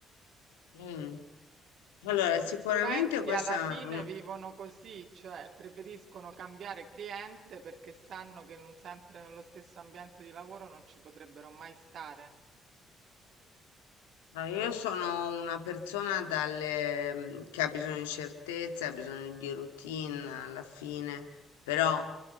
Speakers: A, on the left; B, on the right.
A: Mm. Allora,
B: I consulenti
A: sicuramente questa
B: alla fine
A: è un-
B: vivono così, cioè preferiscono cambiare cliente perché sanno che non sempre nello stesso ambiente di lavoro non ci potrebbero mai stare.
A: Ma io sono una persona dalle, mm, che ha bisogno di certezze, ha bisogno di routine alla fine, però